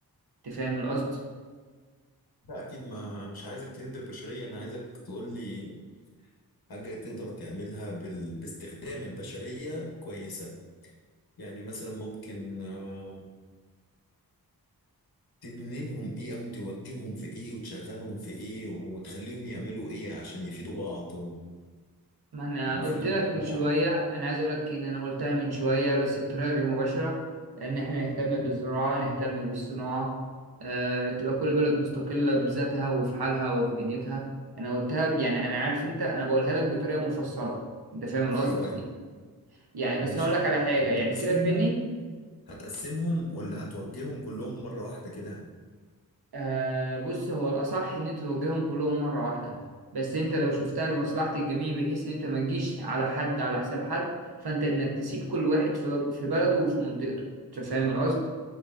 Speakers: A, on the right; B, on the left.
A: انت فاهم القصد
B: لا اكيد ما مش عايزك تهد البشريه انا عايزك تقول لي حاجه تقدر تعملها بال... باستخدام البشريه كويسه يعني مثلا ممكن آم، تبني لهم ايه او توجههم في ايه وتشغلهم في ايه وتخليهم يعملوا ايه عشان يفيدوا بعض
A: ما انا
B: ويفيدوا
A: قلت لك
B: المجتمع
A: من شويه انا عايز اقول لك ان انا قلتها من شويه بس بطريقه غير مباشره ان احنا نهتم بالزراعه نهتم بالصناعه أه تبقى كل بلد مستقله بذاتها وفي حالها وفي دنيتها انا قلتها ب- يعني انا عارف انت انا بقولها لك بطريقه مفصله انت فاهم القصد
B: ايوه أيوة.
A: يعني
B: ماشي
A: بس انا اقول لك على حاجه
B: لما
A: يعني
B: تقسمهم
A: سيبك مني
B: هتقسمهم ولا هتوجههم كلهم مرة واحدة كده
A: آه بص هو الأصح إن أنت توجههم كلهم مرة واحدة بس أنت لو شفتها لمصلحة الجميع بحيث إن أنت ما تجيش على حد على حساب حد فأنت إنك تسيب كل واحد في في بلده وفي منطقته أنت فاهم القصد؟